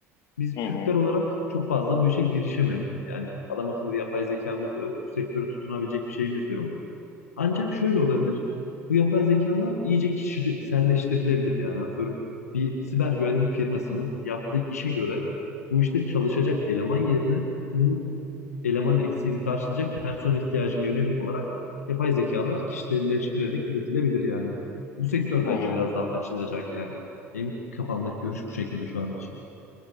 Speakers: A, on the left (about 85°); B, on the left (about 60°).
A: Biz
B: hı
A: Türkler
B: hı,
A: olarak çok fazla bu işe girişemedik. Yani adam akıllı bir yapay zekamız da yok. Bu sektöre tutunabilecek bir şeyimiz de yok. Ancak şöyle olabilir. Bu yapay zekalar iyice kişiselleştirilebilir. Yani atıyorum bir siber güvenlik firmasının yaptığı işe göre bu işte çalışacak eleman yerine bu eleman eksiğini karşılayacak personel ihtiyacına yönelik olarak yapay zekalar kişiselleştirerek üretilebilir yani. Bu sektör
B: hı
A: bence
B: hı.
A: biraz daha açılacak yani. Benim kafamdaki görüş bu şekilde şu an için.